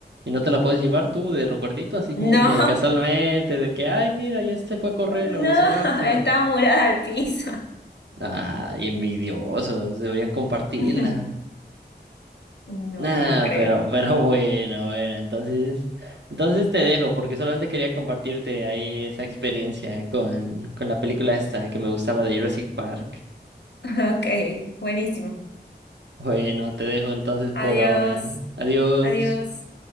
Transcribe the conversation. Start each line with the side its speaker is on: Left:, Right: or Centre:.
Right: ¿Y no te la puedes llevar tú de recuerdito, así como
Left: No,
Right: que casualmente, de que, ay, mira, ya se fue a correr
Left: <laughs> no,
Right: la Velociraptor?
Left: está murada al piso.
Right: Ay, envidiosos, deberían compartirla.
Left: <laughs> No,
Right: Nah,
Left: no creo.
Right: pero, pero bueno, bueno, entonces, entonces te dejo porque solamente quería compartirte ahí esa experiencia con, con la película esta que me gustaba de Jurassic Park.
Left: <laughs> Ok, buenísimo.
Right: Bueno, te dejo entonces por
Left: Adiós,
Right: ahora. Adiós.
Left: adiós.